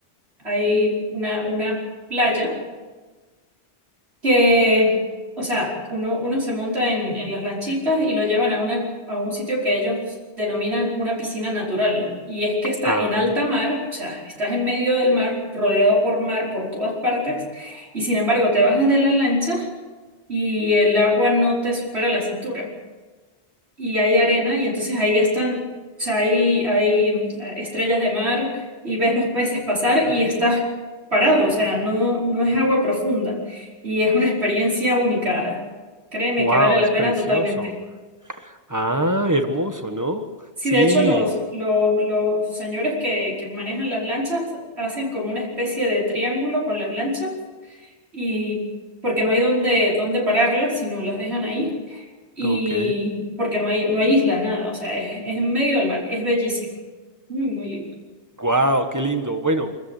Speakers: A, on the right; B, on the right.
A: hay una, una playa que, o sea, uno, uno se monta en, en las lanchitas y lo llevan a una, a un sitio que ellos denominan una piscina natural, ¿no? Y es que está
B: Ah,
A: en alta mar, o sea, estás en medio del mar, rodeado por mar por todas partes, y sin embargo te bajas de la lancha. y el agua no te supera la cintura y hay arena y entonces ahí están, o sea, hay, hay mm, estrellas de mar y ves los peces pasar y estás parado, o sea, no, no es agua profunda y es una experiencia única. Créeme
B: wow,
A: que vale la
B: es
A: pena
B: precioso.
A: totalmente.
B: Ah, hermoso, ¿no?
A: Sí,
B: Sí,
A: de hecho los, los, los señores que, que manejan las lanchas hacen como una especie de triángulo con las lanchas y porque no hay donde, donde pararlas, sino las dejan ahí y
B: ok.
A: porque no hay, no hay isla, nada, o sea, es, es en medio del mar, es bellísimo, muy, muy lindo,
B: Wow, qué lindo. Bueno,